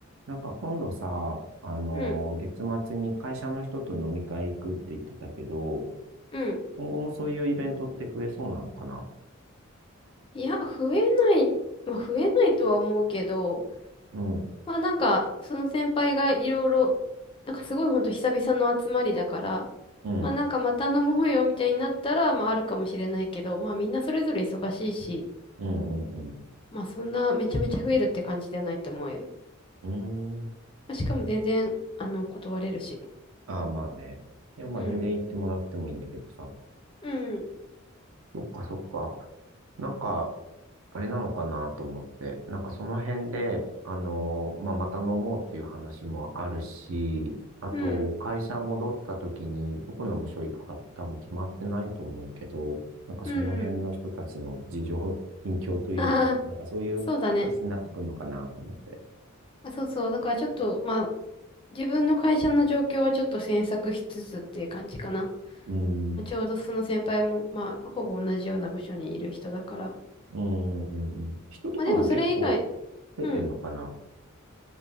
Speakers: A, on the right (about 65°); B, on the left (about 25°).
A: なんか今度さ、あのー月末に会社の人と飲み会行くって言ってたけど、
B: うん、うん。
A: 今後もそういうイベントって増えそうなのかな
B: いや、増えない、まあ、増えないとは思うけど、
A: うん、
B: まあなんか、その先輩がいろいろ、なんかすごいほんと久々の集まりだから、
A: うん、
B: まあなんかまた飲もうよみたいになったら、まああるかもしれないけど、まあみんなそれぞれ忙しいし、
A: うん、うん、
B: まあそんなめちゃめちゃ増えるって感じではないと思うよ。
A: うん。うーん。
B: まあ、しかも全然、あの、断れるし。
A: ああ、まあね。いや、まあ全然行ってもらってもいいんだけどさ。
B: うん、うん、
A: そっか、そっか。なんか、あれなのかなと思って、なんかその辺で、あのまあ、また飲もうっていう話もあるし、あと、
B: うん、
A: 会社戻った時に、どこの部署行くか多分決まってないと思うけど、なんかその辺の人たちの事情、
B: うん。
A: 近況というか、
B: ああ、
A: なんかそういう話になってくるのかなと思って。
B: <laughs> そうだね。あ、そうそう。だからちょっと、まあ自分の会社の状況はちょっと詮索しつつっていう感じかな。ま
A: うん、う
B: あちょうどその先輩も、まあ、ほぼ同じような場所にいる人だから。
A: ん、うん、うん。人とかも結構
B: まあでもそれ以外、
A: 増えてんのかな
B: うん。